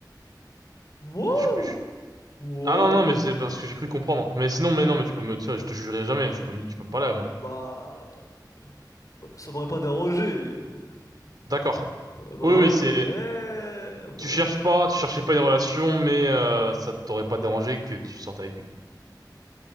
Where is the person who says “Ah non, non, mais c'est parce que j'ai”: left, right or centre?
Right